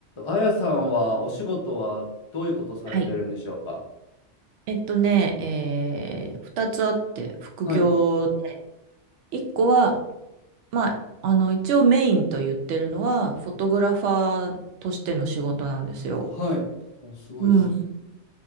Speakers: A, on the left; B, on the right.
A: あやさんはお仕事はどういうことされてるんでしょうか
B: はい。えっとね、えー、二つあって、副業で。
A: はい。
B: 一個は、まあ、あの、一応メインと言ってるのは、フォトグラファーとしての仕事なんですよ。
A: はい。お、すごいですね。
B: うん。